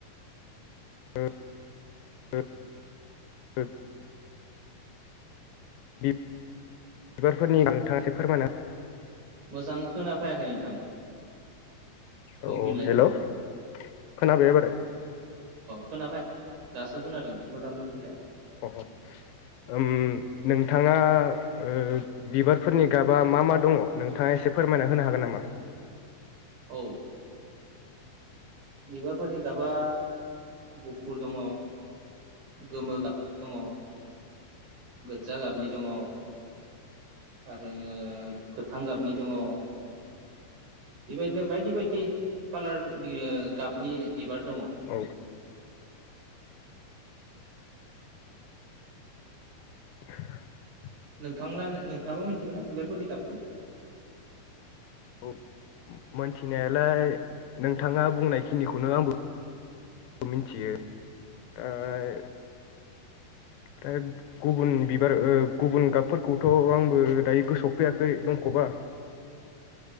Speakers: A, on the left (about 75°); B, on the right (about 70°).
A: <inaudible> बिबार फोरनि नोंथाङा एसे फोरमायना
B: मोजां खोना फैयाखै नोंथां। बुंफिनलाय
A: औ हेलौ खोनाबाय एबार।
B: खोनाफैया दासो खोनादों मोजां बुंफिनलाय
A: अ उम नोंथाङा ओ बिबारफोरनि गाबा मा मा दङ नोंथाङा एसे फोरमायना होनो हागोन नामा?
B: औ बिबारफोरनि गाबा गुफुर दङ गोमो गाब दङ। गोदजा गाबनि दङ आरो गोथां गाबनि दङ बेबायदिनो बायदि बायदि कालार नि गाबनि बिबार दङ।
A: औ <inaudible>
B: नोंथांल नोंथाङाबो मिथिगौ ना बिबारफोरनि गाबखौ?
A: औ मोनथिनायालाय नोंथाङा बुंनायखिनिखौ नों आंबो मिथियो। आरो
B: औ
A: होद गुबुन बिबार गुबुन गाबफोरखौथ आंबो दायो गोसोआवफैयाखै दंखबा